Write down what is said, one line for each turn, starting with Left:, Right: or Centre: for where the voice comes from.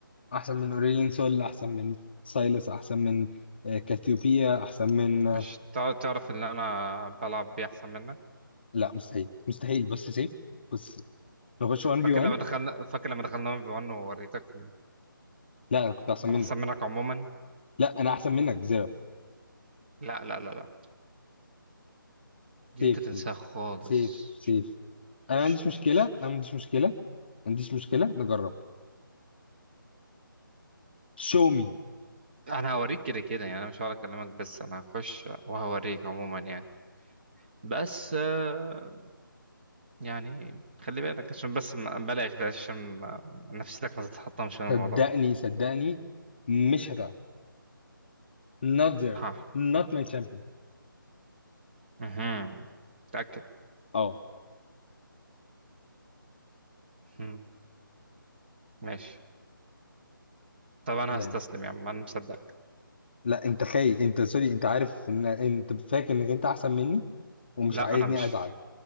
Left: احسن من اوريلين سول احسن من سايلس احسن من آه، كاثيوبيا احسن من آه،
Right: عشان تع- تعرف ان انا بلعب بيه احسن منك
Left: لا مستحيل مستحيل بص يا سيف بص نخش 1
Right: فاكر
Left: في 1
Right: لما دخلنا فاكر لما دخلنا 1 في 1 ووريتك إن
Left: لا انا كنت احسن
Right: انا
Left: منك
Right: احسن منك عموما
Left: لا انا احسن منك بزيرو
Right: لا لا لا لا دي
Left: سيف
Right: انت تنساها
Left: سيف
Right: خالص
Left: سيف سيف انا ما
Right: <laughs>
Left: عنديش مشكله انا ما عنديش مشكله ما عنديش مشكله نجرب show me
Right: انا هوريك كده كده يعني انا مش هقعد اكلمك بس انا هخش وهوريك عموما يعني بس آه، يعني خلي بالك عشان بس ما- بلاش بلاش عشان ما- نفسيتك ما تتحطمش من الموضوع
Left: صدقني
Right: ده
Left: صدقني مش هتعرف not there
Right: ها
Left: not my champion
Right: مهم. متأكد
Left: اه
Right: مهم. ماشي طب انا
Left: يعني
Right: هستسلم يا عم انا مصدقك
Left: لا انت خايف انت سوري انت عارف ان انت فاكر انك انت احسن مني ومش
Right: لا
Left: عايزني
Right: انا مش
Left: ازعل